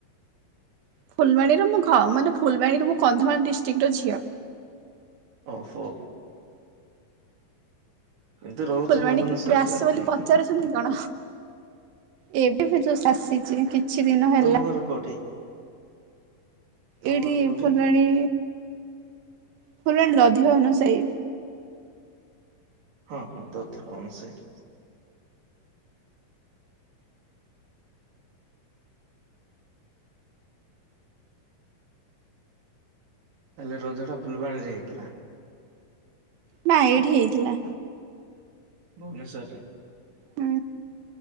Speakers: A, on the right; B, on the right.
A: ଫୁଲବାଣୀର ମୋ ଘ ମାନେ ଫୁଲବାଣୀର ମୁଁ କନ୍ଧମାଳ ଡିଷ୍ଟ୍ରିକ୍ଟର ଝିଅ।
B: ଓହୋ। କିନ୍ତୁ ରହୁଚ
A: ଫୁଲବାଣୀ
B: ଭୁବନେଶ୍ଵରରେ
A: କେବେ ଆସିଛ
B: ଆଉ
A: ବୋଲି
B: ନାଇକି।
A: ପଚାରୁଛନ୍ତି କଣ? ଏବେ ଏବେ ଜଷ୍ଟ ଆଶିଚି କିଛି ଦିନ ହେଲା।
B: ତମ ଘର କୋଉଠି? ତମ
A: ଏଇଠି
B: ଘର କୋଉଠି?
A: ଫୁଲବାଣୀ ଫୁଲବାଣୀରେ ଅଧିକ ଅନୁସାୟୀ।
B: ହଁ ହଁ ଦଧ୍ୟ ଅନୁସେଇ। ତାହେଲେ ରଜ ଟା ଫୁଲବାଣୀରେ ହେଇଥିଲା।
A: ନା ଏଇଠି ହେଇଥିଲା।
B: ଭୁବନେଶ୍ଵର ରେ।
A: ହୁଁ।